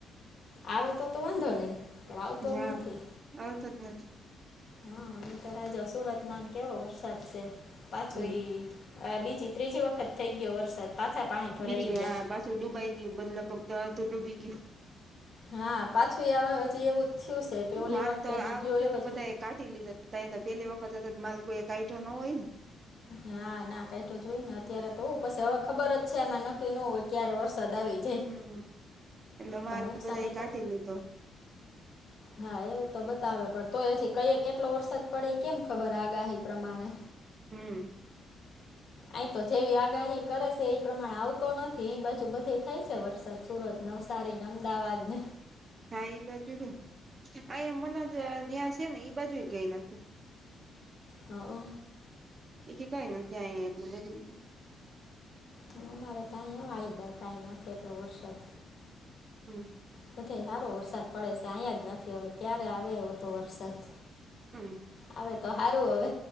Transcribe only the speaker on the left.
આવે તો તો વાંધો નહી પણ આવતો
જ નથી
હા નતા સુરતમાં કેવો વરસાદ છે પાછો
ઈ આ બીજી ત્રીજી વખત થઈ ગયો વરસાદ પાછા પાણી ભરાઈ
ગયા
હા પાછું એવા હજી એવું થયું છે પેલે
ઓલી વખતે
જવી ગયો
એવો
છે.
હા ના કઈઢો જોય ને અત્યારે તો પછી હવે ખબર જ છે એમાં નક્કી ન હો ક્યારે વરસાદ આવી જાય
પણ નુકસાન
નહીં તો
હા એવું તો બતાવે પણ તોએ અઝી કઈ કેટલો વરસાદ પડે કેમ ખબર આગાહી પ્રમાણે
આ તો જેવી આગાહી કરે છે એ પ્રમાણે આવતો નથી એઈ બાજુ બધી થાય છે વરસાદ સુરત નવસારીને અમદાવાદને
હા અ
હ અમારે ત્યાં બી કઈ નથી એટલો વરસાદ
બધે હારો વરસાદ પડે છે અહીંયા જ નથી હવે ક્યારે આવે એ તો વરસાદ
આવેતો તો હારુ અવે